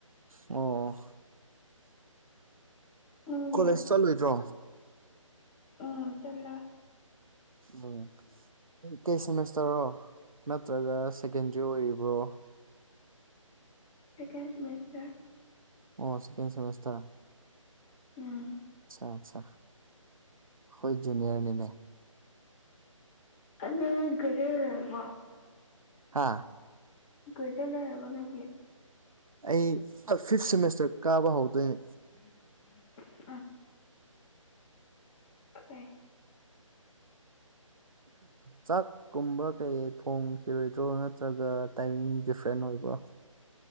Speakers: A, on the right (about 85°); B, on the left (about 20°).
A: ꯑꯣ
B: ꯅꯪꯗꯤ
A: ꯀꯣꯂꯦꯖ ꯆꯠꯂꯣꯏꯗ꯭ꯔꯣ
B: ꯎꯝ ꯆꯠꯂꯣꯢ
A: ꯎꯝ ꯀꯩ ꯁꯦꯃꯤꯁꯇꯔꯔꯣ ꯅꯠꯇ꯭ꯔꯒ ꯁꯦꯀꯦꯟꯗ꯭ꯔꯤ ꯑꯣꯏꯔꯤꯕ꯭ꯔꯣ
B: ꯁꯀꯦꯟ ꯁꯦꯃꯤꯁꯇꯔ
A: ꯑꯣ ꯁꯦꯀꯦꯟ ꯁꯦꯃꯦꯁꯇꯔ
B: ꯎꯝ
A: ꯑꯆꯥ ꯑꯠꯆꯥ ꯈꯣꯢ ꯖꯨꯅꯤꯌꯔꯅꯤꯅꯦ
B: ꯑꯗꯨ ꯒ꯭ꯔꯦꯖꯨꯋꯦꯠ ꯂꯣꯢꯔꯕꯣ
A: ꯍꯥꯥ
B: ꯒ꯭ꯔꯦꯖꯨꯑꯦꯠ ꯂꯩꯔꯕꯣ ꯅꯪꯒꯤ
A: ꯑꯩ ꯐꯤꯐ ꯁꯦꯃꯦꯁꯇꯔ ꯀꯥꯕ ꯍꯧꯗꯣꯏꯅꯦ
B: <inaudible> ꯍꯣꯢ
A: ꯆꯥꯛ ꯀꯨꯝꯕ ꯀꯩ ꯊꯣꯡꯈꯤꯔꯣꯏꯗ꯭ꯔꯣ ꯅꯠꯇ꯭ꯔꯒ ꯇꯥꯏꯃꯤꯡ ꯗꯤꯐ꯭ꯔꯦꯟ ꯑꯣꯏꯕ꯭ꯔꯣ